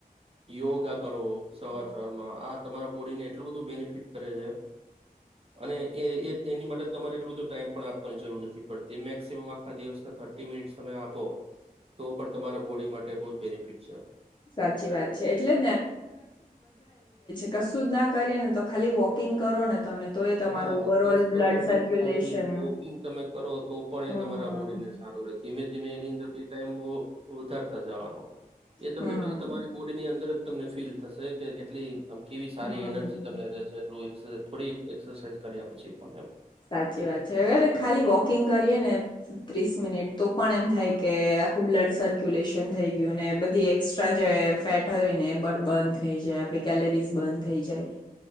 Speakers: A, on the right (about 40°); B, on the left (about 30°).
A: યોગા કરો સવાર
B: હમ
A: સવારમાં આ તમારા બોડીને એટલું બધું બેનિફિટ કરે છે. અને એ એ એની માટે તમારે એટલો બધો ટાઈમ પણ આપવાની જરૂર નથી પડતી, મેક્સિમમ આખા દિવસના થર્ટી મિનિટ તમે આપો તો પણ તમારા બોડી માટે બહુજ બેનિફિટ છે.
B: સાચી વાત છે એટલે કશુંજ ના કરીએ ને તો ખાલી વોકિંગ કરો ને તમે તો એ તમારું
A: હા આ
B: ઓવર
A: દસ
B: ઓલ બ્લડ
A: પંદર
B: સર્ક્યુલેશન
A: મિનિટ ખાલીઇ વોકિંગ તમે કરો તો પણ
B: હમ
A: એ તમારા બોડીને સા હારું ધીમે ધીમે એની અંદર ફ્રી <unintelligible> ટાઈમો ઉતરતા જવાનું એ તમને
B: હમ
A: પછી તમારી બોડીની અંદર તમને ફીલ થશે કે કેટલી આમ કેવી સારી
B: હમ
A: એનર્જી તમને રે છે. એક થોડી <unintelligible> એક્સરસાઇઝ કર્યા પછી પણ એમ
B: સાચી વાત છે. અરે ખાલી વોકિંગ કરીએને ત્રીસ મિનિટ તો પણ એમ થાય કેએ, આખું બ્લડ સર્ક્યુલેશન થઈ ગયું અને બધી એક્સ્ટ્રા જે ફેટ હોય ને એ બડ બન થઈ જાય આપડી કેલરીઝ બન થઈ જાય.